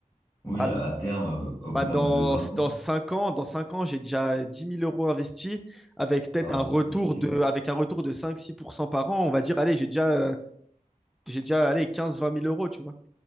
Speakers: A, on the left (about 20°); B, in the centre.
A: Oui,
B: Bah,
A: à,
B: d-
A: à terme, euh, au bout
B: bah,
A: d'un
B: dans,
A: de 20 ans,
B: dans cinq ans, dans cinq ans, j'ai déjà dix mille euros investis avec peut-être
A: ça aura
B: un retour
A: fructifié.
B: de, avec un retour de cinq six pour cent par an. On va dire, allez, j'ai déjà, euh, j'ai déjà allez, quinze vingt mille euros, tu vois.